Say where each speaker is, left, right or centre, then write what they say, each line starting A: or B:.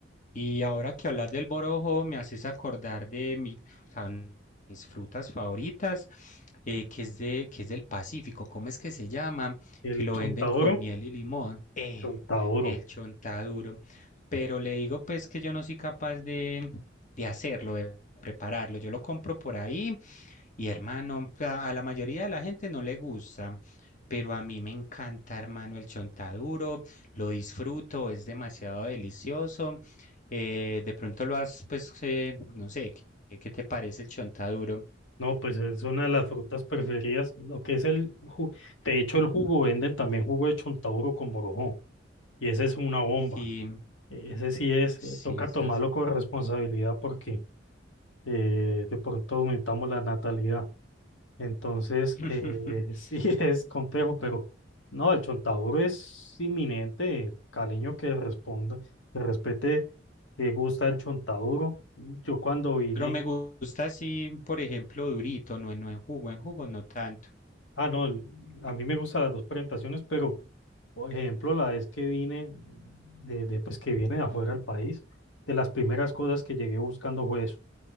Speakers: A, on the left; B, on the left.
A: Y ahora que hablas del borojo, me haces acordar de mi- o sea, un- mis frutas favoritas, eh, que es de, que es del Pacífico. ¿Cómo es que se llama?
B: El
A: Que lo
B: chontaduro,
A: venden con miel y limón. Eh,
B: chontaduro.
A: el chontaduro. Pero le digo pues que yo no soy capaz de, de hacerlo, de prepararlo. Yo lo compro por ahí y hermano, a, a la mayoría de la gente no le gusta. Pero a mí me encanta, hermano, el chontaduro, lo disfruto, es demasiado delicioso. Eh, de pronto lo has, pues, eh, no sé, ¿qué, qué te parece el chontaduro?
B: No, pues es una de las frutas preferidas, lo que es el jugo. De hecho, el jugo venden también jugo de chontaduro con borojó. Y ese es una bomba.
A: Sí,
B: E- Ese sí es,
A: sí,
B: eh, toca
A: esas-
B: tomarlo con responsabilidad porque eh, de pronto aumentamos la natalidad. Entonces,
A: <laughs>
B: eh, <laughs> sí es complejo, pero no, el Chontaduro es inminente. Caleño que responda, que respete, que gusta el Chontaduro. Yo cuando vine,
A: Pero me gusta así, por ejemplo, durito, no en, no en jugo, en jugo no tanto.
B: ah, no, el- a mí me gustan las dos presentaciones, pero por ejemplo, la vez que vine, de, de, pues que viene de afuera del país, de las primeras cosas que llegué buscando fue eso